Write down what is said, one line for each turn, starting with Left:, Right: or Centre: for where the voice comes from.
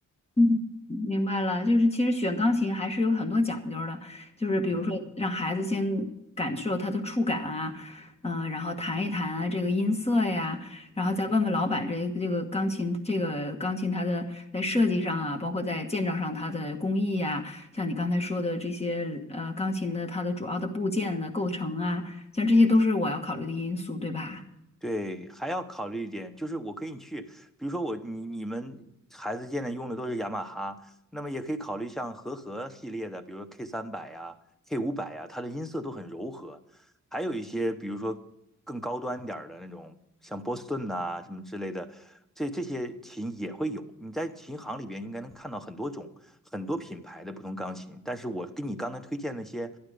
Left: 嗯，明白了，就是其实选钢琴还是有很多讲究的，就是比如说让孩子先感受它的触感啊，
Centre: 嗯
Left: 嗯、然后弹一弹啊这个音色呀，然后再问问老板这这个钢琴这个钢琴它的在设计上啊，
Centre: 嗯。
Left: 包括在建造上它的工艺呀、像你刚才说的这些呃钢琴的它的主要的部件的构成啊，像这些都是我要考虑的因素，对吧？
Centre: 对，还要考虑一点，就是我可以去，比如说我你你们孩子现在用的都是雅马哈，那么也可以考虑像和合系列的，比如说 K 三百呀、K 五百呀，它的音色都很柔和。还有一些，比如说更高端点儿的那种，像波士顿呐、什么之类的，这这些琴也会有。你在琴行里边应该能看到很多种、很多品牌的不同钢琴。但是我给你刚才推荐那些。